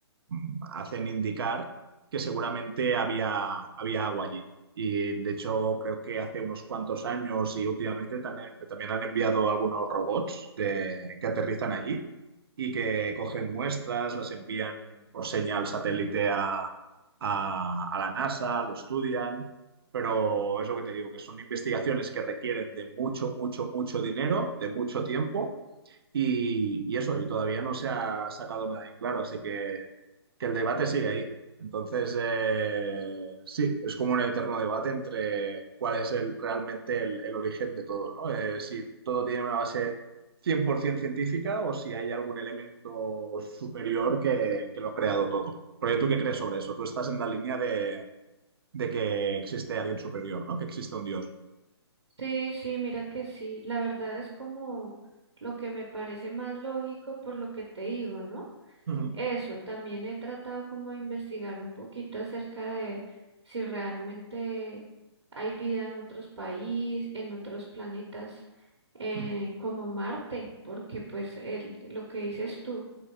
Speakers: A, on the right; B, on the right.
A: mm, hacen indicar que seguramente había, había agua allí. Y de hecho, creo que hace unos cuantos años y últimamente también, también han enviado algunos robots de- que aterrizan allí y que cogen muestras, las envían por señal satélite a, a a la NASA, lo estudian. Pero es lo que te digo, que son investigaciones que requieren de mucho, mucho, mucho dinero, de mucho tiempo y, y eso, y todavía no se ha sacado nada en claro, así que que el debate sigue ahí. Entonces, eh, sí, es como un eterno debate entre cuál es el, realmente el, el origen de todo, ¿no? Eh, si todo tiene una base 100% científica o si hay algún elemento superior que, que lo ha creado todo. Porque tú qué crees sobre eso? Tú estás en la línea de, de que existe alguien superior, ¿no? Que existe un dios.
B: Sí, sí, mira que sí. La verdad es como lo que me parece más lógico por lo que te digo, ¿no?
A: Ujú,
B: Eso, también he tratado como de investigar un poquito acerca de si realmente hay vida en otros países, en otros planetas, eh,
A: ujú,
B: como Marte, porque pues el, lo que dices tú,